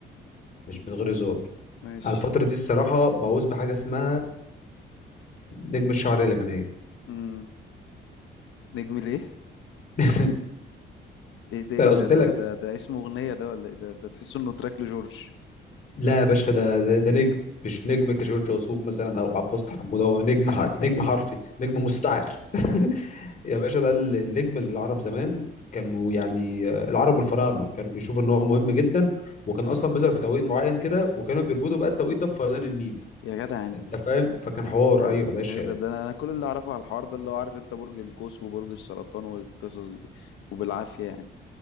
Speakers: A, on the left; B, on the left.
A: مش من غير هزار
B: ماشي
A: على الفتره دي الصراحه مهووس بحاجه اسمها نجم الشعر اليمنيه
B: امم نجم ليه
A: <laughs>
B: ايه ده ايه
A: انا
B: ده
A: قلت
B: ده
A: لك
B: ده, ده اسمه اغنية ده ولا ايه ده ده تحس انه تراك لجورج
A: لا يا باشا ده ده, ده نجم مش نجم كجورج وسوف مثلا او عباس حموده هو نجم
B: <laughs>
A: ح- نجم حرفي نجم مستعر <laughs> يا باشا ده ال- النجم اللي العرب زمان كانوا يعني آه، العرب والفراعنه كانوا بيشوفوا ان هو مهم جدا وكان اصلا بيظهر في توقيت معين كده وكانوا بيربطوا بقى التوقيت ده بفيضان النيل
B: يا جدع انت
A: انت فاهم فكان حوار ايوه يا باشا
B: يا جدع ده انا أنا كل اللي اعرفه على الحوار ده اللي هو عارف انت برج القوس وبرج السرطان والقصص دي وبالعافية يعني